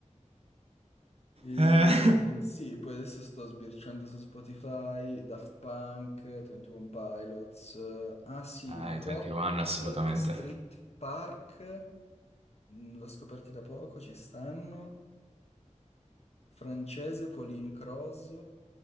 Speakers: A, on the left (about 55°); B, on the right (about 50°).
A: E
B: Eh.
A: sì, poi adesso sto sbirciando su Spotify, Daft Punk, 21 Pilots, eh, ah sì,
B: Eh, i
A: Goth,
B: 21 assolutamente.
A: Street Park, mm, l'ho scoperti da poco, ci stanno, francese, Pauline Cross,